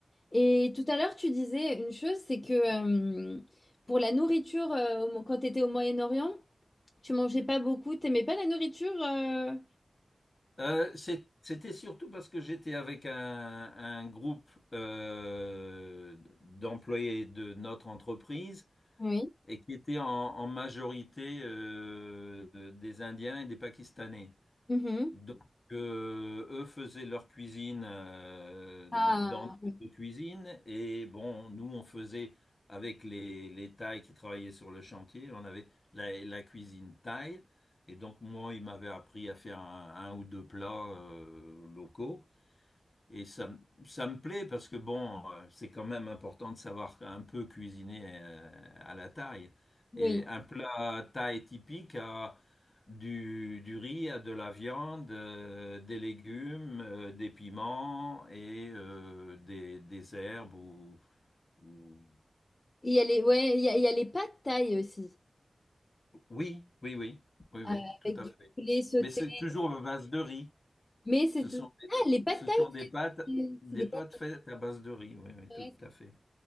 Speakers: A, on the left; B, on the left.
A: Et tout à l'heure, tu disais une chose, c'est que euh, pour la nourriture, euh, au Mo- quand tu étais au Moyen-Orient, tu mangeais pas beaucoup, t'aimais pas la nourriture euh,
B: Euh, c'est- c'était surtout parce que j'étais avec un, un groupe euh, d'employés de notre entreprise
A: Oui.
B: et qui était en, en majorité euh, des Indiens et des Pakistanais.
A: Mhm.
B: Donc, euh, eux faisaient leur cuisine euh,
A: Ah,
B: dans notre cuisine et bon, nous on faisait avec les, les Thaïs qui travaillaient sur le chantier, on avait la, la cuisine thaï et donc moi il m'avait appris à faire un, un ou deux plats euh, locaux et ça, m- ça me plaît parce que bon, euh, c'est quand même important de savoir un peu cuisiner euh, à la taille.
A: oui.
B: Et un plat thaï typique a du, du riz, a de la viande, euh, des légumes, euh, des piments et euh, des, des herbes ou, ou-
A: Il y a les, ouais, il y a, il y a les pâtes thaï aussi,
B: Oui, oui, oui, oui, oui,
A: euh,
B: tout
A: avec
B: à
A: du
B: fait.
A: poulet sauté.
B: Mais c'est toujours à base de riz.
A: Mais c'est
B: Ce
A: tout.
B: sont des,
A: Ah, les pâtes
B: ce
A: thaï,
B: sont des pâtes,
A: c'est
B: des
A: c'est des
B: pâtes
A: pâtes.
B: faites à base de riz, oui, oui,
A: Ouais,
B: tout à fait.